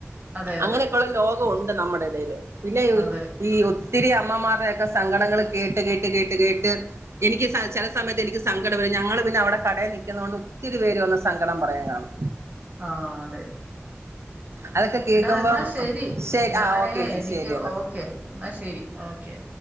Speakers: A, on the right; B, on the right.
A: അതെ അതെ
B: അങ്ങനെയൊക്കെയുള്ള ലോകൊണ്ട് നമ്മടെ എടേല് പിന്നെ <unintelligible> ഈ
A: അതെ
B: ഒത്ത് ഒത്തിരി അമ്മമാരുടെൊക്കെ സങ്കടങ്ങൾ കേട്ട് കേട്ട് കേട്ട് കേട്ട് എനിക്ക് <unintelligible> ചെ. <unintelligible> സമയത്ത്എനിക്ക് സങ്കടം വരും ഞങ്ങള് പിന്നെ അവിടെ കടേ നിക്കുന്നകൊണ്ട് ഒത്തിരി പേര് വന്ന് സങ്കടം പറയാൻ കാണും
A: ആഹ അതെ.
B: അതൊക്കെ കേൾക്കുമ്പം
A: ഇടാ എന്നാ ശരി
B: ശരി
A: ഞാനേ
B: ആ ഓക്കെ ചേച്ചി
A: എനിക്ക്
B: ശരി എന്നാ
A: ഓക്കെ എന്നാ ശരി ഓക്കേ.